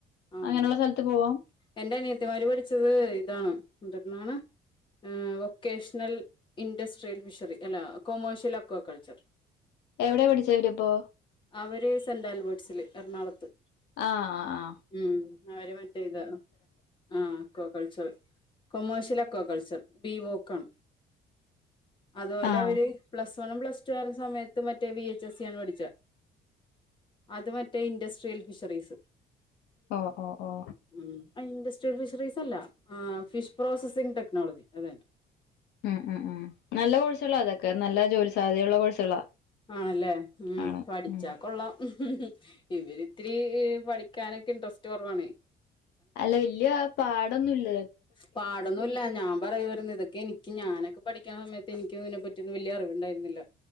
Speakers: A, on the left; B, on the left.
A: ആ
B: അങ്ങനെയുള്ള സ്ഥലത്ത് പോവാം
A: എന്റെ അഅനിയത്തിമാര് പഠിച്ചത് ഇതാണ് എന്നാണ് വൊക്കേഷണൽ ഇൻഡസ്ട്രിയൽ ഫിഷറി അല്ല കൊമേഴഷ്യൽ അക്വ കൾച്ചർ
B: എവിടെയാ പഠിച്ചേ ഇവരിപ്പോ
A: അവര് സെന്റ് ആൽബേർട്സില് എറണാകുളത്ത്
B: ആ ആ
A: ഉം അവര് മറ്റേ ഇതാ ആ കൊ കളിച്ചോ കൊമേഴഷ്യൽ അക്വകൾച്ചർ ബി വോക്കൺ അതുപോലെ
B: ആഹ്
A: അവര് പ്ലസ് വണും പ്ലസ് ടു ആരും സമയത്ത് മറ്റ മറ്റ വി എച്ച് സി ആണ് പഠിച്ച അത് മറ്റേ ഇൻഡസ്ട്രിയൽ ഫിഷറീസ്
B: ഓ ഓ ഓ
A: ഉം ഇൻഡസ്ട്രിയൽ ഫിഷറീസല്ല ആ ഫിഷ് പ്രോസസിംഗ് ടെക്നോളജി അത തന്നെ
B: ഉം ഉം ഉം നല്ല കോഴ്സുകളാ അതൊക്കെ നല്ല ജോലി സാധ്യതയള്ള കോഴ്സുകളാ
A: ആണല്ലേ ഉം
B: ആണ്
A: പഠിച്ചാ
B: ഉം
A: കൊള്ളാം ഇവരിത്തിരി പഠിക്കാനൊക്കെ ഇൻട്രസ്റ്റ് കുറവാണ്
B: അല്ല വലിയ പാടൊന്നുംല്ല
A: പാടൊന്നുംല്ല ഞാൻ പറയ വരുന്ന ഇതൊക്കെ എനിക്ക് ഇക്ക് ഞാനൊക്കെ പഠിക്കണ സയത്ത് എനിക്ക് ഇതിനെ പറ്റിയൊന്നും വല്യ അറിവുണ്ടായിരുന്നില്ല.